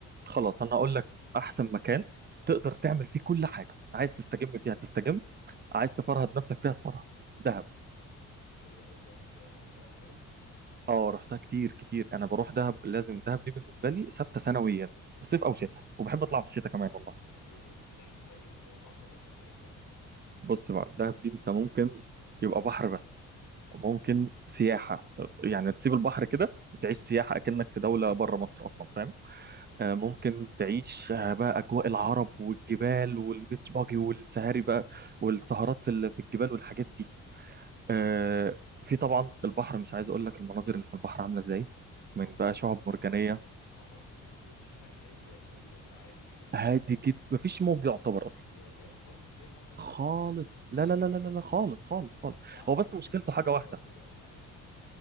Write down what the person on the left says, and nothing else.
حلو قوي دهب آه، رحتها قبل كده
ايه
طب ايه إيه بتعمل فيها ايه بحر بس ولا حاجات تانية
اه
بحر
البحر
اصلا البحر اصلا البوج فيه هناك هادي ولا ايه ولا عالي آه،
انا أص-
ايه ده بجد خالص مش زي البحر المتوسط
يعني
اصل انا اعرف
مثلا في
اسكندريه
وكده الموج عالي قوي